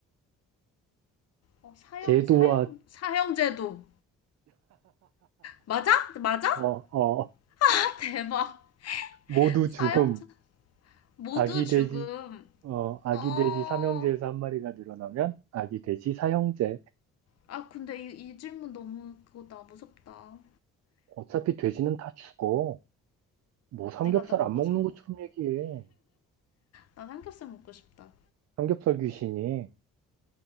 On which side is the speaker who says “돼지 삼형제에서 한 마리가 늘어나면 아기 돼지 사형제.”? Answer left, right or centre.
Right